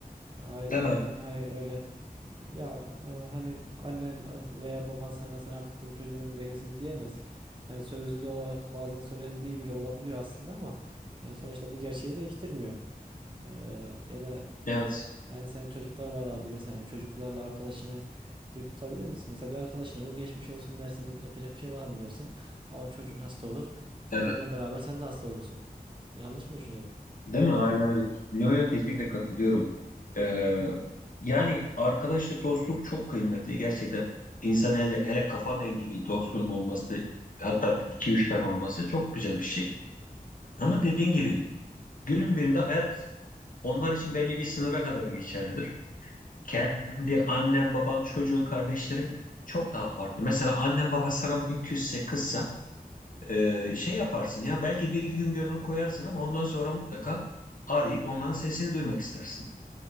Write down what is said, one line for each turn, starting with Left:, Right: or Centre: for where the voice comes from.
Right: Aile
Left: Değil mi?
Right: seni hani öyle e, ya e, hani annen e, veya baban sana sen artık bizim çocuğum değilsin diyemez. Yani sözlü olarak bazen söylendiği bile olabiliyor aslında ama yani sonuçta bu gerçeği değiştirmiyor. Ee, ya da
Left: Evet.
Right: yani sen çocuklar var abi bilirsen yani çocuklarla arkadaşını bir tutabilir misin? Mesela bir arkadaşın olur geçmiş olsun dersin yapacak bir şey var mı dersin ama çocuğun hasta olur.
Left: Evet.
Right: Yani onunla beraber sen de hasta olursun. Yanlış mı düşünüyorum?
Left: Değil mi? Aynen öyle. Yo yo kesinlikle katılıyorum. Ee, yani arkadaşlık, dostluk çok kıymetli gerçekten. İnsan hele, hele kafa dengi bir dostluğun olması, hatta bir- iki üç tane olması çok güzel bir şey. Ama dediğin gibi günün birinde hayat onlar için belli bir sınıra kadar geçerlidir. Kendi annen, baban, çocuğun, kardeşlerin çok daha farklı. Mesela annen baban sana bugün küsse, kızsa ee, şey yaparsın ya belki bir iki gün gönül koyarsın ama ondan sonra mutlaka arayıp onların sesini duymak istersin.